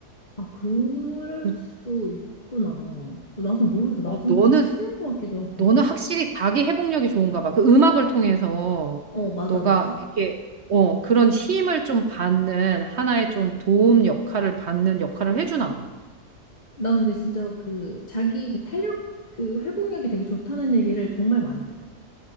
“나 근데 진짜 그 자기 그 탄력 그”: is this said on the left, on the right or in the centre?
Left